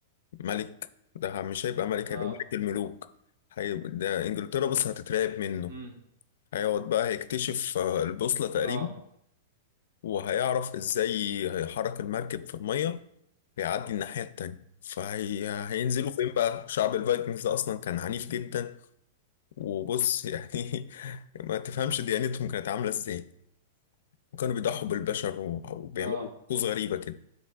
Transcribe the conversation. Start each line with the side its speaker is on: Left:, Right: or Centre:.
Left: ملك ده مش هيبقى ملك
Right: اه
Left: هيبقى ملك الملوك هيبقى ده إنجلترا بس هتترعب منه
Right: امم
Left: هيقعد بقى هيكتشف آه، البوصلة تقريبا
Right: اه
Left: وهيعرف ازاي هيحرك المركب في المية ويعدي الناحية التانية فهي هينزلوا
Right: امم
Left: فين بقى شعب الفايكنجز ده اصلا كان عنيف جدا وبص يعني <laughs> ما تفهمش ديانتهم كانت عاملة ازاي وكانوا بيضحوا بالبشر و- وبيعملوا
Right: اه
Left: طقوس غريبة كده